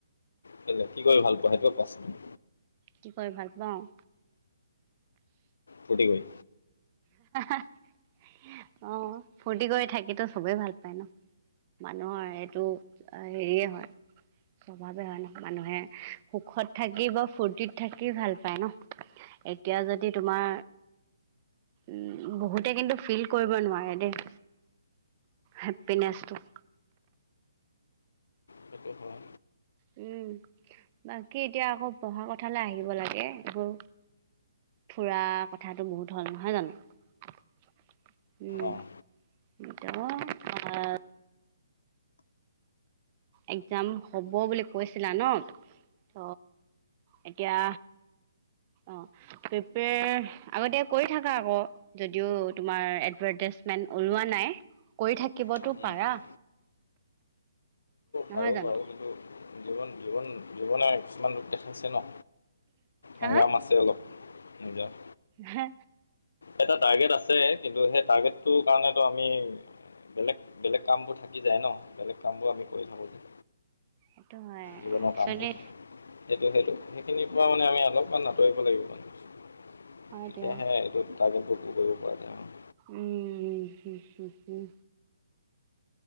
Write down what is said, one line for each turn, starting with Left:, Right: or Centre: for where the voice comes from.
Left: কেলে কি কৰি ভাল পোৱা সেইটো কোৱাচোন?
Right: কি কৰি ভাল পাওঁ?
Left: ফুৰ্টি কৰি
Right: অ', ফূৰ্তি কৰি থাকিতো চবেই ভাল পায় ন? মানুহৰ এইটো হেৰিয়ে হয়। স্বভাৱে হয় ন, মানুহে সুখত থাকি বা ফূুৰ্তিত থাকি ভাল পায় ন? এতিয়া যদি তোমাৰ উম, বহুতে কিন্তু ফিল কৰিব নোৱাৰে দেই, হেপিনেচটো।
Left: সেইটো হয়
Right: উম। বাকী এতিয়া আকৌ পঢ়া কথালৈ আহিব লাগে। এইবোৰ ফুৰা কথাটো বহুত হ'ল নহয় জানো? উম,
Left: অঁ
Right: একদম পঢ়া এক্সাম হ'ব বুলি কৈছিলা ন? ত' এতিয়া অ', প্ৰিপেয়াৰ আগতিয়া কৰি থাকা আকৌ। যদিও তোমাৰ এডভাৰটাইজমেন্ট ওলোৱা নাই কৰি থাকিবতো
Left: সেইটো
Right: পাৰা। নহয়
Left: পাৰো
Right: জানো
Left: বাৰু, কিন্তু জীৱন জীৱন জীৱনে কিছুমান ৰূপ দেখাইছে ন?
Right: হা
Left: সংগ্ৰাম আছে অলপ নিজৰ।
Right: হে'।
Left: এটা টাৰ্গেট আছে, কিন্তু সেই টাৰ্গেটটো কাৰণেটো আমি বেলেগ বেলেগ কাম বোৰ থাকি যায় ন? বেলেগ কাম বোৰ আমি কৰি থাকো যে।
Right: সেইটো হয়
Left: জীৱনৰ
Right: একচুৱেলি
Left: কামবোৰ, সেইটো সেইটো। সেইখিনি পৰা মানে আমি অলপমান আতৰিব লাগিব মানুহবোৰ,
Right: হয়
Left: তেতিয়াহে
Right: দিয়া
Left: টাৰ্গেট বোৰ পুৰ কৰিব পৰা যায় অ'।
Right: উম, হু, হু, হুম।